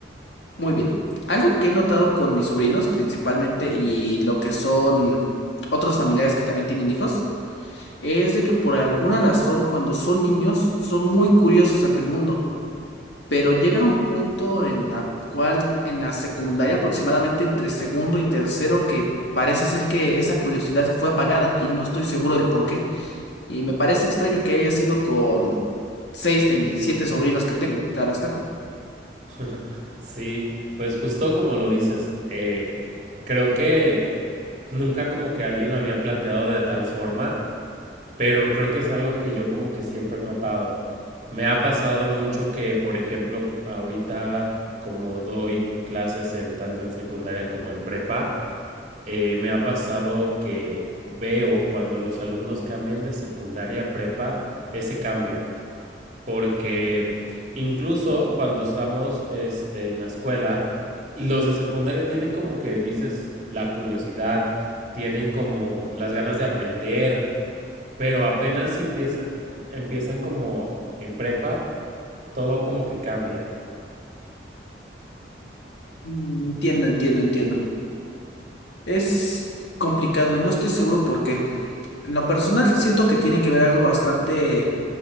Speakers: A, on the left; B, on the right.
A: Muy bien. Algo que he notado con mis sobrinos principalmente y lo que son otros familiares que también tienen hijos, es de que por alguna razón cuando son niños son muy curiosos ante el mundo, pero llega un punto en la cual en la secundaria aproximadamente entre segundo y tercero que parece ser que esa curiosidad fue apagada y no estoy seguro del por qué. Y me parece extraño que haya sido con seis de mis siete sobrinos que tengo, claro está.
B: <laughs> Sí, pues justo como lo dices, eh, creo que nunca como que alguien lo había planteado de tal forma, pero creo que es algo que yo como que siempre he notado. Me ha pasado mucho que, por ejemplo, ahorita como doy clases en tanto en secundaria como en prepa, eh, me ha pasado que veo cuando los alumnos cambian de secundaria a prepa ese cambio, porque incluso cuando estamos este, en la escuela, y los de secundaria tienen como que dices la curiosidad, tienen como las ganas de aprender, pero apenas si empieza- empiezan como en prepa, todo como que cambia.
A: Mm, Entiendo, entiendo, entiendo. Es complicado y no estoy seguro por qué. En lo personal siento que tiene que ver algo bastante